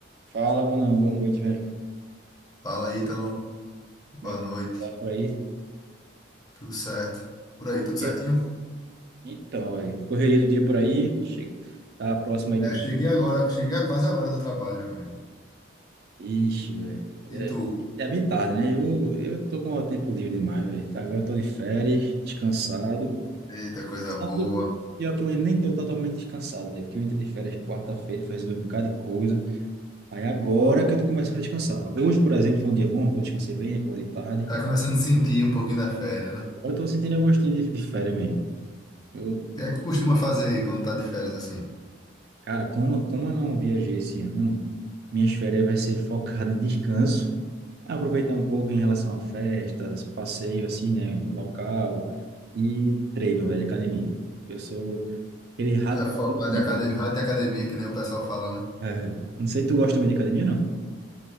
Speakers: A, on the right (about 55°); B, on the left (about 20°).
A: Fala, Brunão. Boa noite, velho.
B: Fala, Ítalo.
A: Como
B: Boa
A: é que
B: noite.
A: tá por aí?
B: Tudo certo? Por
A: Correria.
B: aí, tudo certinho?
A: Então, velho. Correria do dia por aí. Chego. Tá próximo aí do.
B: É, cheguei agora, cheguei quase agora do trabalho, meu amigo.
A: Ixi, velho. É,
B: E tu?
A: é bem tarde, né? Eu, eu tô com o tempo livre demais, velho. Agora eu tô de férias, descansado.
B: Eita, coisa boa.
A: Sabe? Pior que eu nem tô totalmente descansado, velho. Porque eu entrei de férias quarta-feira, fui resolver um bocado de coisa. Aí agora que eu tô começando a descansar. Hoje, por exemplo, foi um dia bom, que eu descansei bem, acordei tarde.
B: Tá começando a sentir um pouquinho da férias, né? O
A: Agora eu tô sentindo o gostinho de, de férias mesmo. Eu
B: que é que costuma fazer aí quando tá de férias assim?
A: Cara, como, como eu não viajei esse ano, minhas férias vai ser focada em descanso, aproveitar um pouco em relação a festas, passeio assim, né, local e treino, velho, academia. Eu sou aquele rato
B: Tu é focado
A: de
B: em
A: academia.
B: academia, rato de academia, que nem o pessoal fala, né?
A: É, é. Não sei, tu gosta também de academia, não?